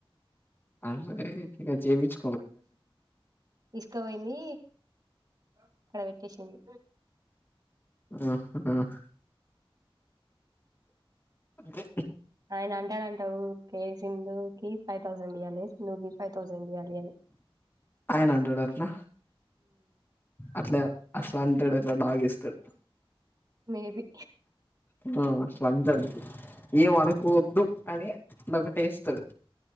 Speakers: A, on the left; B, on the right.
A: అరే ఇక జెపిచ్.
B: ఇసుక వోయింది. అక్కడ పెట్టేసింది.
A: ఆహ్ ఆహ్. అంటే.
B: ఆయన అంటాడంటా వుకే సింధు కి ఫైవ్ థౌసండ్ ఇయ్వలి సింధు కి ఫైవ్ థౌసండ్ ఇయ్యాలి అని.
A: ఆయన అంటాడు అట్లా అట్లా అట్లా అంటాడు అట్లా డాగ్ ఇస్తాడు.
B: May be.
A: ఉమ్ అట్లా అంటాడు. ఏం అనుకోవద్దు అని నాకు ఒకటేస్తాడు.